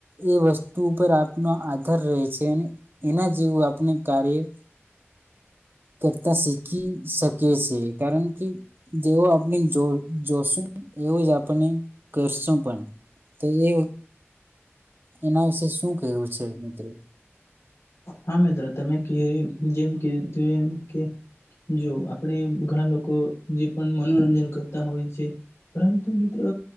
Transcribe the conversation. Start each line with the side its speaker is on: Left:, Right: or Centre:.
Right: એ વસ્તુ ઉપર આપનો આધાર રહે છે એના જેવું આપણે કાર્ય કરતા શીખી શકીએ છે કારણ કે જેવો આપણે જો જોશું એવું જ આપને કરશું પણ તો એ એના વિશે શું કેવું છે મિત્રો.
Left: હા મિત્રો તમે જેમ કું એમ કે જો આપણે ઘણા લોકો જે પણ મનોરંજન કરતા હોય છે પરંતુ મિત્રો